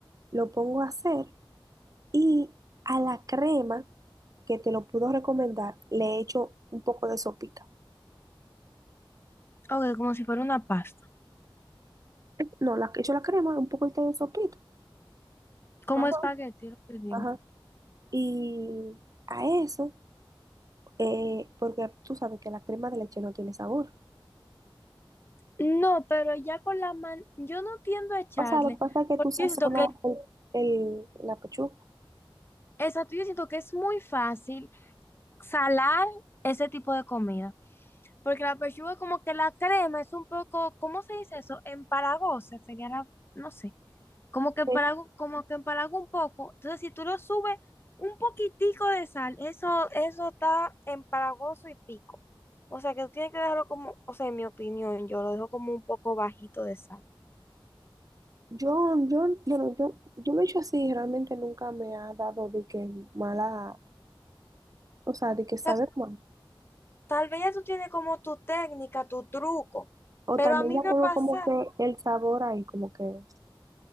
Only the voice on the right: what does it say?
Lo pongo a hacer y a la crema que te lo puedo recomendar le echo un poco de sopita.
No, la, echo la crema, un poco de sopita.
Ajá.
Ajá. Y a eso, eh, porque tú sabes que la crema de leche no tiene sabor.
O sea, lo que pasa es que
tú sazonas
el, el- la pechuga.
Eh,
Yo, yo, bueno, yo, yo lo he hecho así, realmente nunca me ha dado de que mala, o sea, de que sabe
mal.
O
también
ya tengo
como que el sabor ahí, como que,